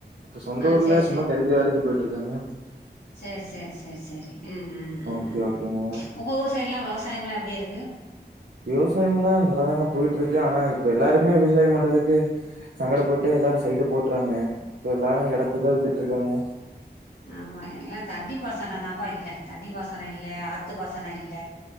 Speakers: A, on the right; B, on the left.
A: இப்ப சொந்த
B: ஆ
A: ஊர்ல
B: சரி
A: சும்மா கெடைக்கிற வேலைக்கு போயிட்டு இருக்காங்க
B: செர் செர் செர் செரி அ அ அ
A: ஓகே ஓகேங்க
B: உங்க ஊர் சைட்லா விவசாயம்லா எப்டி இருக்கு
A: விவசாயம்ல்லா நல்லாதாங்க போயிட்டு இருக்கு ஆனா இப்ப எல்லாருமே விவசாயோ பண்றதுக்கு சங்கடப்பட்டு எல்லா சைட்டு போட்றாங்க இப்ப எல்லா எடத்ததா வித்துட்டு இருக்காங்க
B: ஆமா எல்லா தண்ணி பாசனோ தாம்ப்பா இல்ல தண்ணி பசனோ இல்ல ஆத்து பாசனோ இல்ல